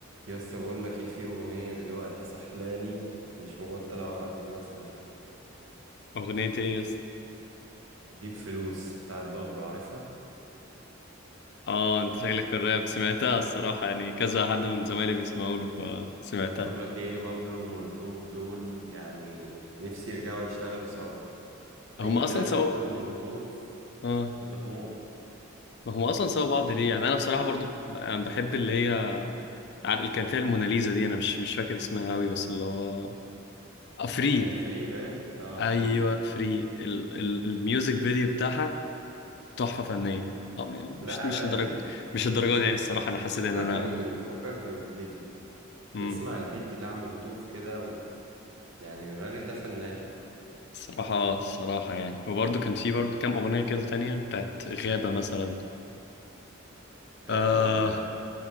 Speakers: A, on the right (about 75°); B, on the left (about 55°).
A: يا اسطى بقول لك ايه في اغنيه دلوقتي سحلاني مش مبطل اوقف ان انا اسمعها
B: أغنية إيه يا اسطى؟
A: جيب فلوس بتاعت بابلو عارفها
B: آه أنت شكلك في الراب سمعتها الصراحة يعني كذا حد من زمايلي بيسمعوا له فسمعتها
A: بقول لك ايه بابلو مولوتوف دول يعني نفسي يرجعوا يشتغلوا سوا
B: هم
A: اي
B: أصلا
A: تراك
B: سوا
A: بابلو مولوتوف
B: آه
A: بموت
B: ما هم أصلا سوا بعض ليه يعني أنا بصراحة برضو ب- أنا بحب اللي هي عار- اللي كان فيها الموناليزا دي أنا مش مش فاكر اسمها أوي بس اللي هو آه فري
A: اللي هي فري باين اه
B: أيوه
A: فري
B: فري ال... ال... الميوزك فيديو بتاعها تحفة فنية آه يعني
A: لا
B: مش مش
A: انا
B: لدرجة
A: ال-
B: مش الدرجة
A: ال-
B: دي يعني الصراحة أنا حسيت
A: فكك
B: إن أنا
A: من ال- فكك من الفيديو
B: مم.
A: اسمع البيت بتاع مولوتوف كده و... يعني الراجل ده فنان
B: الصراحة الصراحة يعني وبرضه كان في برضه كام أغنية كده تانية بتاعت غابة مثلا
A: غابة
B: آه
A: ولا غادة